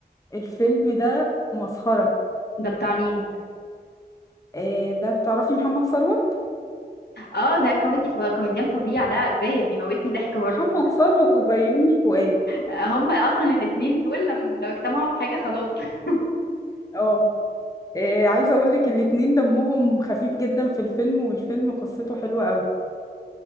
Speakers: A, on the left (about 20°); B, on the left (about 70°).
A: الفيلم ده مسخرة
B: ده بتاع مين
A: آه، ده بتعرفي محمد ثروت
B: اه ده كوميدي ف... كوميديان فظيع ده عارفاه بيموتني ضحك برضه
A: محمد ثروت وبيومي فؤاد
B: آه، هما اصلا الاتنين دول لم... لو اجتمعوا في حاجه خلاص <laughs>
A: اه آه، عايزه اقول لك الاتنين دمهم خفيف جدا في الفيلم والفيلم قصته حلوه قوي